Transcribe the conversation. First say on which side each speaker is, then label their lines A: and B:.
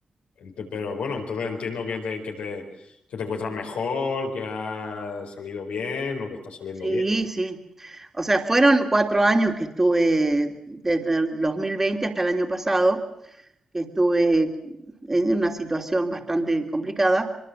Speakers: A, on the left; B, on the right.
A: Ente- Pero bueno, entonces entiendo que te, que te, que te encuentras mejor, que has salido bien o que está saliendo
B: Sí,
A: bien.
B: sí. O sea, fueron cuatro años que estuve desde el 2020 hasta el año pasado que estuve en una situación bastante complicada,